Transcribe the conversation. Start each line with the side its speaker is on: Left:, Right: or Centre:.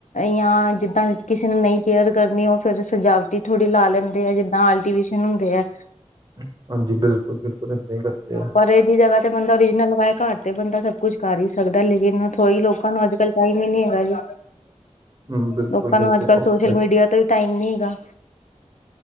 Left: ਜਾਂ ਜਿੱਦਾਂ ਕਿਸੇ ਨੇ ਨਹੀਂ ਕੇਅਰ ਕਰਨੀ, ਉਹ ਫਿਰ ਸਜਾਵਟੀ ਥੋੜ੍ਹੀ ਲਾ ਲੈਂਦੇ ਆ, ਜਿੱਦਾਂ ਆਰਟੀਫਿਸ਼ਲ। ਹੁੰਦੇ ਆ।
Right: ਹਾਂਜੀ, ਬਿਲਕੁਲ -ਬਿਲਕੁਲ ਇੱਦਾਂ ਹੀ ਕਰਦੇ ਆ
Left: ਪਰ ਇਹਦੀ ਜਗ੍ਹਾ ਤੇ ਬੰਦਾ ਓਰੀਜਨਲ ਲਗਾਏ, ਘਰ ਤੇ ਬੰਦਾ ਸਭ ਕੁਛ ਕਰ ਹੀ ਸਕਦਾ, ਲੇਕਿਨ <unintelligible> ਲੋਕਾਂ ਨੂੰ ਅੱਜ ਕੱਲ ਟਾਈਮ ਹੀ ਨਹੀਂ ਹੈਗਾ ਜੀ।
Right: ਹੂੰ ਬਿਲਕੁਲ,
Left: ਲੋਕਾਂ
Right: ਬਿਲਕੁਲ
Left: ਨੂੰ ਅੱਜ -ਕੱਲ੍ਹ
Right: ਠੀਕ
Left: ਸੋਸ਼ਲ
Right: ਹੈ
Left: ਮੀਡੀਆ ਤੋਂ ਵੀ ਟਾਈਮ ਨੀ ਹੈਗਾ।